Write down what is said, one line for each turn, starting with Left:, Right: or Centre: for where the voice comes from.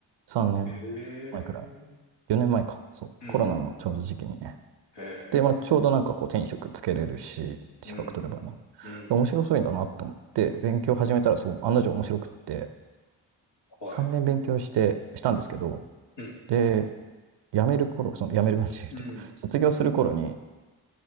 Right: 3年前くらい。
Left: ええ。うん
Right: 4年前か。そう。
Left: うんうん。
Right: コロナのちょうど時期にね。
Left: え
Right: で、まあ、
Left: え。
Right: ちょうどなんかこう、手に職つけれるし、資格取ればね。
Left: うん。うん。
Right: で面白そうだなと思って、勉強始めたら、そう、案の定面白くって、
Left: はい。
Right: 3年勉強して、したんですけど、
Left: うん。うん。
Right: で、辞める頃、その、辞める感じっていうか、
Left: うん
Right: 卒業する頃に、